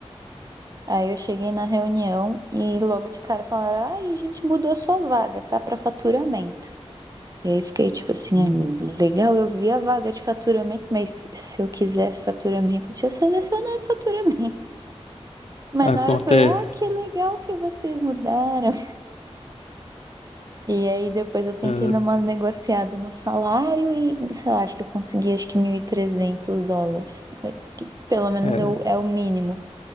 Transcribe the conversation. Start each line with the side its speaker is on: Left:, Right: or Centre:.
Right: Aí eu cheguei na reunião e logo de cara falaram, ah, e a gente mudou a sua vaga, tá? Pra faturamento. E aí fiquei tipo assim,
Left: Hum.
Right: ah, legal, eu vi a vaga de faturamento, mas se eu quisesse faturamento, eu tinha selecionado faturamento. Mas
Left: Acontece.
Right: na hora eu falei, ah, que legal que vocês mudaram. E aí depois eu tentei
Left: Ah,
Right: dar uma negociada no salário e, sei lá, acho que eu consegui acho que 1.300 dólares. Que pelo menos
Left: É,
Right: é o, é o mínimo.